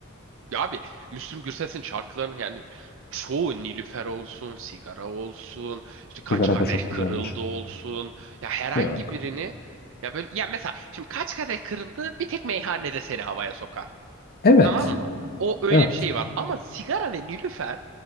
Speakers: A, on the right; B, on the left.
A: Ya abi Müslüm Gürses'in şarkılarının yani çoğu Nilüfer olsun, sigara olsun, işte kaç
B: Sigara
A: kadeh
B: da çok güzeldir.
A: kırıldı olsun. Ya herhangi
B: Yok.
A: birini ya böyle ya mesela şimdi kaç kadeh kırıldı bir tek meyhanede seni havaya sokar.
B: Evet.
A: Tamam mı? O öyle
B: Evet.
A: bir şey var. Ama sigara ve nilüfer